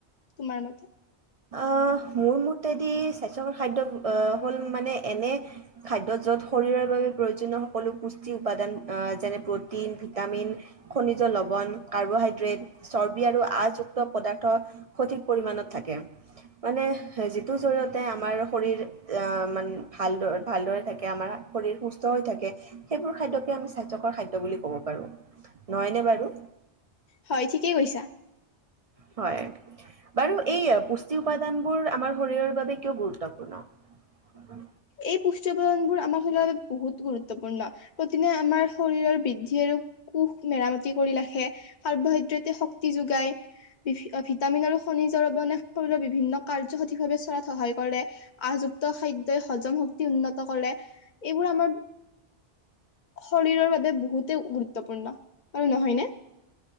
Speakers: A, on the left; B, on the right.
A: তোমাৰ মতে?
B: মোৰ মতেদি স্বাস্থ্যকৰ খাদ্য হ'ল মানে এনে খাদ্য য'ত শৰীৰৰ বাবে প্ৰয়োজনীয় সকলো পুষ্টি উপাদান যেনে প্ৰটিন, ভিটামিন, খনিজ লৱণ, কাৰ্বহাইড্ৰেট চৰ্বি আৰু আযুক্ত পদাৰ্থ সঠিক পৰিমাণত থাকে মানে যিটো জৰিয়তে আমাৰ শৰীৰ আহ মান ভাল ভালদৰে থাকে আমাৰ শৰীৰ সুস্থ হৈ থাকে সেইবোৰ খাদ্যকে আমি স্বাস্থ্যকৰ খাদ্য বুলি কব পাৰো নহয়নে বাৰু
A: হয় ঠিকেই কৈছা
B: হয় বাৰু এই পুষ্টি উপাদানবোৰ আমাৰ শৰীৰৰ বাবে কিয় গুৰুত্বপূৰ্ণ
A: এই পুষ্টি উপাদানবোৰ আমাৰ শৰীৰৰ বাবে বহুত গুৰুত্বপূৰ্ণ প্ৰতিনে আমাৰ শৰীৰৰ বৃদ্ধি আৰু কুষ মেৰামতি কৰি ৰাখে কাৰ্বহাইড্ৰেটে শক্তি যোগায় ভিটামিন আৰু খনিজ শৰীৰ বিভিন্ন কাৰ্য সঠিকভাৱে চলাত সহায় কৰে আহযুক্ত খাদ্যই হজম শক্তি উন্নত কৰে এইবোৰ আমাৰ শৰীৰৰ বাবে বহুতে গুৰুত্বপূৰ্ণ আৰু নহয়নে